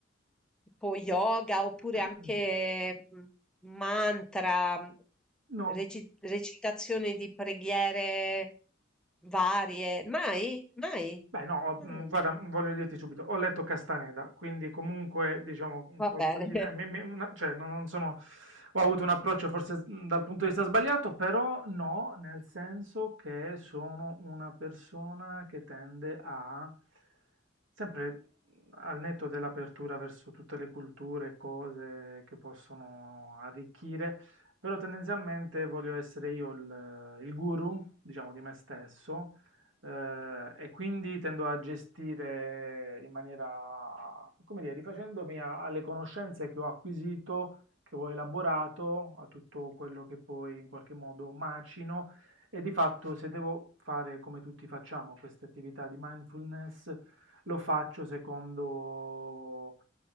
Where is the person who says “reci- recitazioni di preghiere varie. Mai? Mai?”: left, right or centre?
Centre